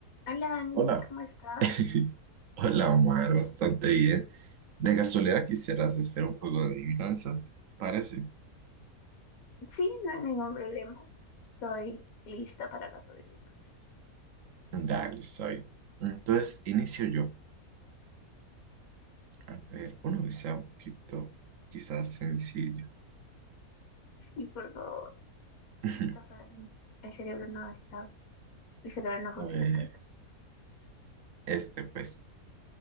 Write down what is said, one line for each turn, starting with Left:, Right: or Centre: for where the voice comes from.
Left: Hola Dani,
Right: Hola.
Left: ¿cómo estás?
Right: <laughs> Hola, Omar, bastante bien. De casualidad quisieras hacer un juego de adivinanzas, ¿te parece?
Left: Sí, no hay ningún problema. Estoy lista para las adivinanzas.
Right: Dale, soy. Entonces, inicio yo. A ver, uno que sea un poquito, quizás sencillo.
Left: Sí, por favor.
Right: <laughs>
Left: A Estas horas mm, el cerebro no está, el cerebro no
Right: A
Left: funciona
Right: ver,
Left: tanto.
Right: este pues.